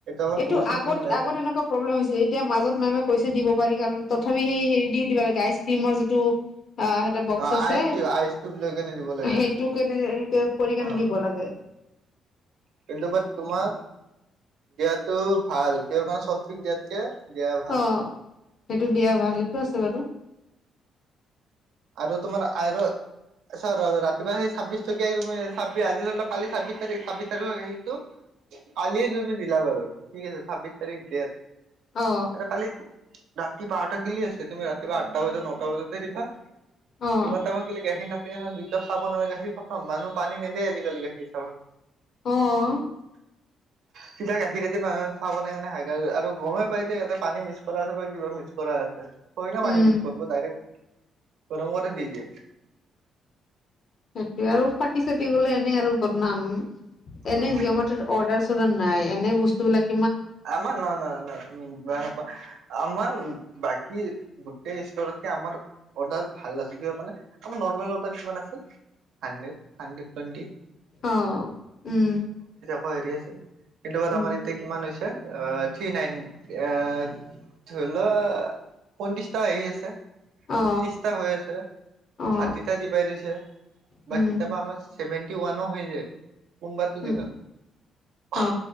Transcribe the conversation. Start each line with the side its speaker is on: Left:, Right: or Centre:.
Right: আমাৰ
Left: এইটো
Right: ভুল থিংকিং
Left: আগত,
Right: হৈ আছে
Left: আগত এনেকুৱা প্ৰব্লেম হৈছে এতিয়া মাজত মেমে কৈছে দিব পাৰি কাৰণ ত' তথাপি সেই হেৰি দি দিবা লাগে আইচক্ৰীমৰ যিটো অ', সেইতে বক্স
Right: অ
Left: আছে,
Right: আইচ কিউব আইচ কিউব লৈ কেনে দিব লাগে
Left: সেইটো কেনে, সেইটো কৰি
Right: অ
Left: কেনে দিব লাগে।
Right: কিন্তু বা তোমাক দিয়াতো ভাল কিয় কাৰণে সতিক দিয়াত কে, দিয়া ভাল।
Left: অ সেইটো দিয়া ভাল সেইটো আছে বাৰু।
Right: আৰু তোমাৰ আৰু চৰ ৰা-ৰাতিপুৱা সেই ছাব্বিশ টকীয়া <unintelligible> আজ ধৰি কালি ছাব্বিশ তাৰিখ, ছাবিশ তাৰিখৰ গাখীৰটো কালিয়ে তুমি দিলা বাৰু ঠিক আছে, ছাব্বিছ তাৰিখ ডেত এ,
Left: অ
Right: কালি ৰাতি বাৰটা দিলি আছে, তুমি ৰাতিপুৱা আঠটা বজাত, নটা বজাতে দিবা।
Left: অ
Right: ইমান টাইমত <unintelligible> সেইকাৰে দুইকাপ চাহ বনালে গাখীৰ খতম মানুহ পানী নেদে আজিকালি গাখীৰ চাহত।
Left: অ'।
Right: চিধা গাখীৰেদি চাহ বনাই <unintelligible> গৰমে পাই যে, ইয়াতে পানী মিচ কৰা আছে বা কিবা মিক্স কৰা আছে থৰে না
Left: উম
Right: পানী মিক্স কৰিব ডাইৰেক্ট গৰম কৰি দি দিয়ে
Left: সেইটোৱে আৰু ফাটি চাটি গলে এনেই আৰু বনাম এনে
Right: উম
Left: জিঅ মাৰ্তত অৰ্ডাৰ চৰ্দাৰ নাই এনেই বস্তুবিলাক
Right: আমাৰ ন ন ন উম বেয়া নোপোৱা আমান বাক কি গোটেই স্তৰতকে আমাৰ অৰ্ডাৰ ভাল আছে কিহৰ কাৰণে আমাৰ নৰ্মেল অৰ্ডাৰ কিমান আছিল হাড্ৰেড হাড্ৰড টুৱেটি
Left: অ উম
Right: হয় হেৰি আছিল কিন্তু বাট
Left: উম
Right: আমাৰ এতিয়া কিমান হৈছ অ থ্ৰী নাইনট এ ধৰি লোৱা পত্ৰিশ টকা আহি আছে
Left: অ
Right: ত্ৰিশটা হৈ আছে
Left: অ
Right: ষাঠিটা ডিভাইড হৈছে
Left: উম
Right: বা কিতাবা আমাৰ চেভেনটি ওৱানো হৈ যায় কোনবটো
Left: উম
Right: দিনত
Left: অ